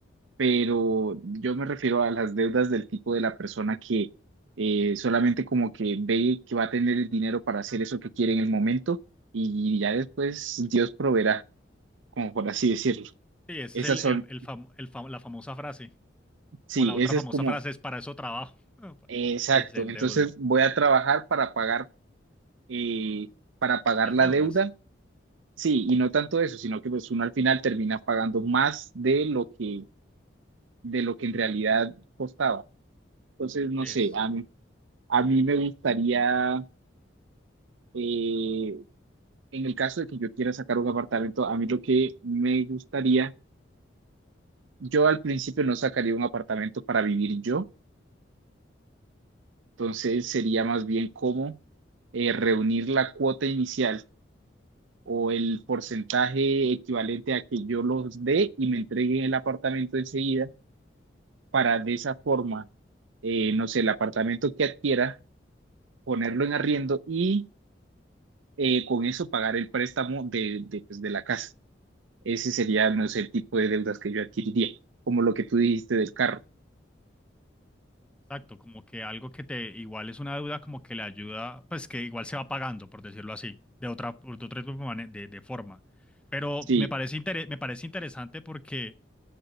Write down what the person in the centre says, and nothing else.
Sí, esa
es el,
el, el fam- el fam- la famosa frase.
O la otra
famosa
frase es para eso trabajo. <laughs>
Y se endeudan.
Las
deudas.
Sí,
es.
Exacto. Como que algo que te igual es una deuda, como que le ayuda, pues que igual se va pagando, por decirlo así, de otra, de otra forma- de, de forma. Pero
me parece, intere- me parece interesante porque